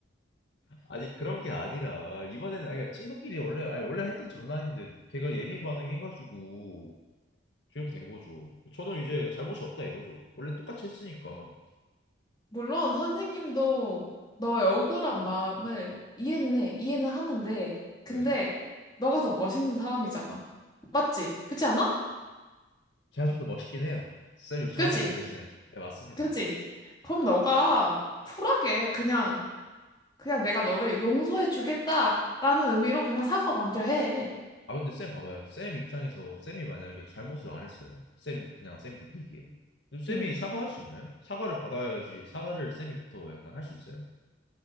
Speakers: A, on the left; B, on the left.
A: 아니 그런 게 아니라 이번에는 아니 그러니까 친구끼리 원래 아니 원래 했던 장난인데 걔가 예민 반응해가지고 그렇게 된 거죠. 저는 이제 잘못이 없다 이거죠. 원래 똑같이 했으니까.
B: 물론 선생님도 너의 억울한 마음을 이해는 해. 이해는 하는데. 근데
A: 네.
B: 너가 더 멋있는 사람이잖아. 맞지? 그렇지 않아?
A: 제가 좀 더 멋있긴 해요. 쌤 이거 정확히
B: 그치?
A: 알고 계시네. 네, 맞습니다.
B: 그치? 그럼 너가 쿨하게 그냥 그냥 내가 너를 용서해 주겠다라는 의미로 그냥 사과 먼저 해.
A: 아 근데 쌤 봐봐요. 쌤 입장에서 쌤이 만약에 잘못을 안 했어요. 쌤 그냥 쌤이 느끼기에. 근데 쌤이
B: 응.
A: 사과할 수 있나요? 사과를 받아야지. 사과를 쌤이부터 약간 할 수 있어요?